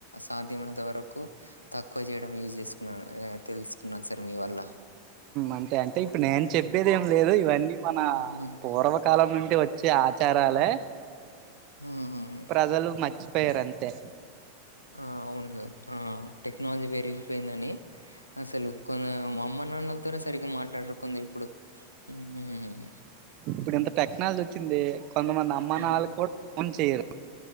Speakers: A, on the left; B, on the right.
A: సాధ్యమైనంత వరకు తక్కువ చేయడం యూజ్ చేసుకున్నాను తెలుసుకున్నాను సార్ మీ వల్ల
B: అంతే అంటే ఇప్పుడు నేను చెప్పేది ఏం లేదు ఇవన్నీ మన
A: హ్మ్.
B: పూర్వకాలం నుండి వచ్ వచ్చే ఆచారాలే
A: హ్మ్.
B: ప్రజలు మర్చిపోయారు అంతే
A: ఆ అవును ఆ టెక్నాలజీ పెరిగిపోయిందని అసలు కొందరు మా అమ్మ నాన్న తోనే సరిగ్గా మాట్లాడరు ఉంది ఇప్పుడు హ్మ్
B: ఇప్పుడు ఎంత టెక్నాలజీ వచ్చింది కొంతమంది అమ్మ
A: హ్మ్.
B: నాన్నలకి కూడా ఫోన్ చేయరు